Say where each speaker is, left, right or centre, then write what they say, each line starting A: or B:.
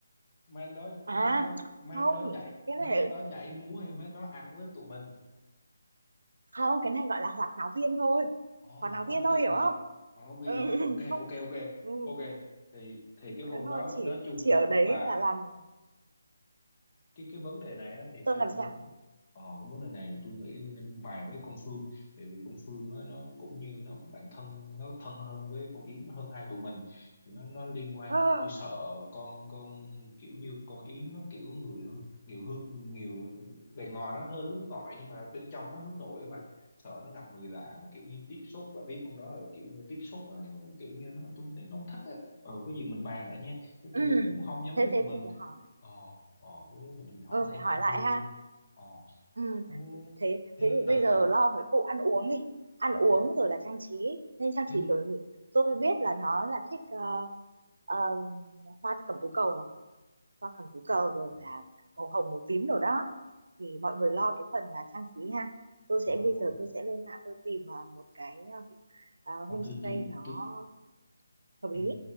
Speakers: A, on the left; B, on the right.
A: men đó men
B: à
A: đó men
B: không
A: đó nhảy
B: cái này
A: men đó nhảy múa hay men đó ăn với tụi mình
B: không cái này gọi là hoạt náo viên thôi
A: ồ
B: hoạt
A: Hoàng
B: náo
A: nói
B: viên thôi
A: viên
B: hiểu
A: à
B: không
A: Hoàng nói viên
B: ừ, <laughs>
A: à ok
B: không
A: ok ok
B: ừ,
A: ok thì thì cái hôm
B: thế thôi
A: đó
B: chỉ
A: nói chung
B: chỉ
A: là
B: ở đấy
A: bà
B: là làm
A: cái cái vấn đề này á, thì
B: tôi
A: tôi
B: làm
A: nên
B: giả
A: ờ cái vấn đề này tôi nghĩ tôi nên bàn với con Phương tại vì con Phương á, nó cũng như nó cũng bạn thân nó thân hơn với con Yến hơn hai tụi mình thì nó nó liên quan
B: Ờ,
A: tôi sợ con con kiểu như con Yến nó kiểu người nhiều hướng nhiều bề ngoài nó hơi hướng ngoại nhưng mà bên trong nó hướng nội mà sợ nó gặp người lạ mà kiểu như tiếp xúc và biết không đó là kiểu như tiếp xúc á, kiểu như nó tôi nghĩ nó không thích á ờ có gì mình bàn lại nha chứ
B: ừ,
A: tôi cũng không dám
B: thế
A: quyết
B: thế
A: mình
B: thì phải hỏi
A: ờ ờ với mình mình hỏi
B: ừ, phải
A: thêm
B: hỏi
A: Đông
B: lại
A: Phương
B: ha
A: đi ờ
B: ừ,
A: thế
B: thế
A: thế
B: thế thì
A: tại
B: bây giờ
A: tự
B: lo với vụ ăn uống đi ăn
A: ờ
B: uống rồi là trang trí nên trang
A: thế
B: trí kiểu gì tôi biết là nó là thích ờ, ờ, hoa cẩm tú cầu này hoa cẩm tú cầu
A: ừ, ừ,
B: rồi là màu hồng màu tím rồi đó thì mọi người lo cái phần là trang trí ha tôi
A: rồi
B: sẽ bây
A: ok
B: giờ tôi sẽ lên mạng tôi tìm ờ, một cái ờ, ờ,
A: ông
B: homestay
A: tư tư
B: nó
A: tư
B: hợp
A: ừ,
B: lý